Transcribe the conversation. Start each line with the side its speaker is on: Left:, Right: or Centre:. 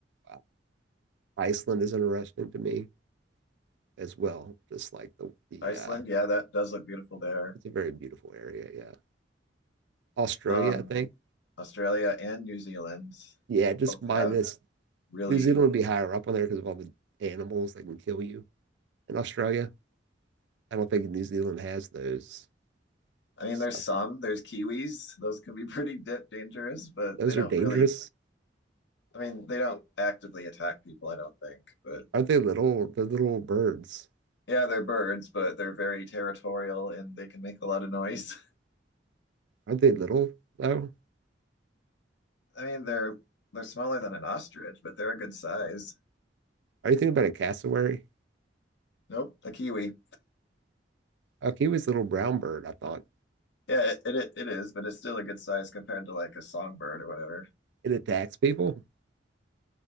Right: wow. Iceland is interesting to me. as well. Just like the the
Left: Iceland,
Right: uh,
Left: yeah, that does look beautiful there.
Right: it's a very beautiful area. Yeah, Australia,
Left: Um,
Right: I think.
Left: Australia and New Zealand
Right: Yeah, just
Left: both
Right: minus
Left: have really
Right: New Zealand would be higher up on there because of all the animals that can kill you in Australia. I don't think New Zealand has those.
Left: I mean,
Right: So
Left: there's some, there's Kiwis. Those can be pretty da dangerous, but
Right: those
Left: they don't
Right: are dangerous.
Left: really, I mean, they don't actively attack people, I don't think. But
Right: Aren't they little? They're little birds.
Left: Yeah, they're birds, but they're very territorial and they can make a lot of noise.
Right: Aren't they little though?
Left: <laughs> I mean, they're they're smaller than an ostrich, but they're a good size.
Right: Are you thinking about a cassowary?
Left: Nope, a kiwi.
Right: Like he was a little brown bird. I thought
Left: Yeah, it, it it is, but it's still a good size compared to like a songbird or whatever.
Right: it attacks people.